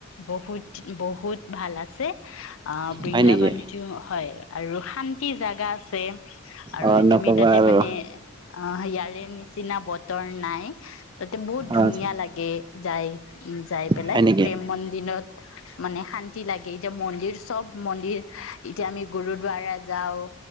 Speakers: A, on the left; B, on the right.
A: বহুত বহুত ভাল আছে! অ' বৃন্দাবানটিও
B: হয় নেকি?
A: হয় আৰু শান্তি জেগা আছে। আৰু
B: অ' নক'বা
A: তুমি তাতে
B: আৰু
A: মানে অ' ইয়াৰে নিচিনা বত তৰ নাই! তাতে বহুত
B: অ'
A: ধুনীয়া লাগে যাই, উম যাই
B: হয় নেকি?
A: প্ৰেম মন্দিৰত মানে শান্তি লাগে। এতিয়া মন্দিৰ চব মন্দিৰ এতিয়া আমি গুৰুদ্বাৰা যাওঁ